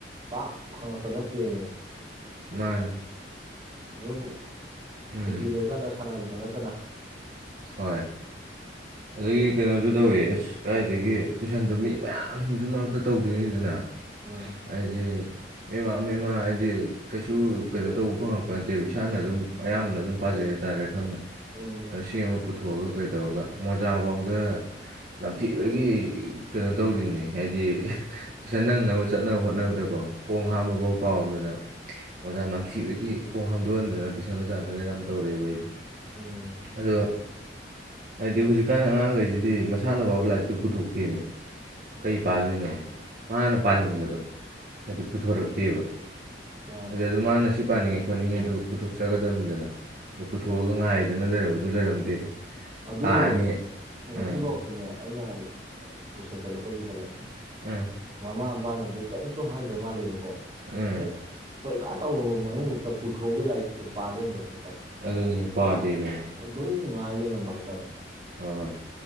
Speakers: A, on the right; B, on the right.
A: ꯄꯥꯛ ꯐꯪꯉꯛꯄ ꯅꯠꯇꯦꯃꯤ
B: ꯃꯥꯅꯦ
A: ꯑꯗꯨꯝ
B: ꯎꯝ
A: ꯁꯨꯇꯤ ꯂꯩꯔꯀꯥꯟꯗ ꯁꯥꯟꯅꯕꯗꯣ ꯅꯠꯇꯅ
B: ꯍꯣꯏ ꯑꯗꯒꯤ
A: ꯎꯝ
B: ꯀꯩꯅꯣꯁꯨ ꯇꯧꯋꯤ ꯑꯁ ꯀꯥꯏꯗꯒꯤ ꯇꯨꯏꯁꯟꯗꯣ ꯃꯤ ꯃꯌꯥꯝ ꯁꯨꯝ ꯁꯨꯝ ꯃꯔꯛꯇ ꯇꯧꯗꯣꯏꯅꯤꯗꯅ
A: ꯎꯝ
B: ꯍꯥꯏꯗꯤ ꯃꯦꯝꯃꯥ ꯃꯦꯝꯃꯥ ꯍꯥꯏꯗꯤ ꯀꯩꯁꯨ ꯀꯩꯅꯣ ꯇꯧꯕ ꯐꯪꯉꯛꯄ ꯅꯠꯇꯦꯕ ꯏꯁꯥꯅ ꯑꯗꯨꯝ ꯑꯌꯥꯝꯕꯅ ꯑꯗꯨꯝ ꯄꯥꯖꯩ ꯍꯥꯏꯇꯥꯥꯔꯦ ꯈꯪꯅ
A: ꯎꯝ
B: ꯑ ꯁꯤ ꯑꯃ ꯄꯨꯊꯣꯛꯑꯒ ꯀꯩꯗꯧꯔꯒ ꯃꯣꯖꯥꯕꯎꯗꯥ ꯅꯝꯊꯤꯕꯒꯤ ꯀꯩꯅꯣ ꯇꯧꯔꯤꯝꯅꯦ ꯍꯥꯏꯗꯤ ꯇꯨꯏꯁꯟ ꯅꯪꯅꯕ ꯆꯠꯅꯕ ꯍꯣꯠꯅꯕꯗꯀꯣ ꯈꯣꯡ
A: ꯎꯝ
B: ꯍꯥꯝꯕꯕꯧ ꯀꯥꯎꯗꯅ ꯃꯣꯖꯥ
A: ꯎꯝ
B: ꯅꯝꯊꯤꯕꯒꯤ ꯈꯣꯡ ꯍꯥꯝꯗꯣꯛꯍꯟꯗꯅꯥ ꯇꯨꯏꯁꯟ ꯑꯣꯖꯥꯅꯒ ꯌꯥꯝ ꯇꯧꯔꯛꯑꯦꯕ ꯑꯩꯗꯤ
A: ꯎꯝ
B: ꯑꯗꯨꯒ ꯍꯥꯏꯗꯤ ꯍꯧꯖꯤꯛꯀꯥꯟ ꯑꯉꯥꯡꯒꯩꯁꯤꯗꯤ ꯃꯁꯥꯅ ꯕꯧ ꯂꯥꯏꯔꯤꯛꯇꯨ ꯄꯨꯊꯣꯛꯇꯦꯃꯦ
A: ꯎꯝ
B: ꯀꯩ ꯄꯥꯗꯣꯏꯅꯣ ꯃꯥꯅ ꯄꯥꯅꯤꯡꯕꯗꯣ ꯍꯥꯏꯗꯤ ꯄꯨꯊꯣꯔꯛꯇꯦꯕ
A: ꯃꯥꯅꯦ
B: ꯍꯥꯏꯗꯤ ꯑꯗꯨ ꯃꯥꯅ ꯁꯤ ꯄꯥꯅꯤꯡꯉꯦ ꯈꯣꯠꯅꯤꯡꯉꯦ ꯑꯗꯨ ꯄꯨꯊꯣꯛꯆꯒꯗꯕꯅꯤꯗꯅ ꯄꯨꯊꯣꯛꯑꯒ
A: ꯑꯥ
B: ꯉꯥꯏꯗꯅ ꯂꯩꯔꯝꯕꯥꯖꯨ ꯂꯩꯔꯝꯗꯦ
A: ꯑꯗꯨꯅꯦ
B: ꯂꯥꯛꯑꯅꯤ
A: ꯉꯁꯤꯐꯥꯎꯗꯅꯦ
B: ꯎꯝ
A: ꯑꯩꯅ ꯇꯨꯏꯁꯟ ꯆꯠꯂꯛꯄꯁꯤꯗꯅꯦ
B: ꯑꯥ
A: ꯃꯃꯥ ꯃꯄꯥꯅꯁꯨ ꯀꯔꯤꯝꯁꯨ ꯍꯥꯏꯗ꯭ꯔ ꯃꯥꯜꯂꯦꯕꯀꯣ
B: ꯎꯝ
A: ꯍꯦꯛ ꯄꯩꯈꯥ ꯇꯧꯔꯕ ꯃꯅꯨꯡꯕꯧꯇ ꯄꯨꯊꯣꯛꯑꯒ ꯂꯥꯏꯔꯤꯛꯁꯦ ꯄꯥ ꯂꯩꯔꯝꯗꯕ ꯍꯥꯏꯇꯥꯔꯦ
B: ꯑꯗꯨꯅꯤ ꯄꯥꯗꯦꯃꯦ
A: ꯑꯗꯨꯝ ꯉꯥꯏ ꯂꯩꯔꯝꯕ ꯍꯥꯏꯇꯥꯔꯦ
B: ꯍꯣꯏ ꯍꯣꯏ